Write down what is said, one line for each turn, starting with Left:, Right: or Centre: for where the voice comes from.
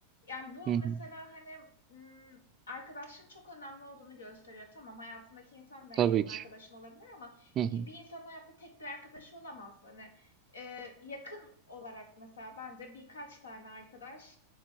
Left: Yani, bu
Right: hı hı.
Left: mesela, hani, ımm, arkadaşlığın çok önemli olduğunu gösteriyor. Tamam, hayatındaki insan da
Right: Tabii
Left: en yakın
Right: ki.
Left: arkadaşın olabilir ama,
Right: Hı hı.
Left: e, bir insanın hayatta tek bir arkadaşı olamaz. Hani, eee, yakın olarak mesela bence birkaç tane arkadaş